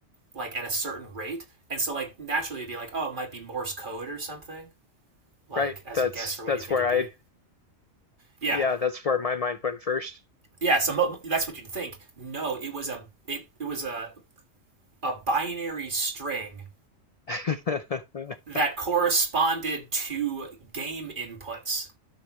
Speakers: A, on the right (about 40°); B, on the left (about 60°).
A: like at a certain rate and so like naturally you'd be like oh it might be morse code or something like
B: Right.
A: as
B: That's
A: a guess for what
B: that's
A: you think
B: where
A: it'd
B: I
A: be yeah
B: yeah, that's where my mind went first.
A: yeah so mo- that's what you'd think no it was a it, it was a a binary string
B: <laughs>
A: that corresponded to game inputs.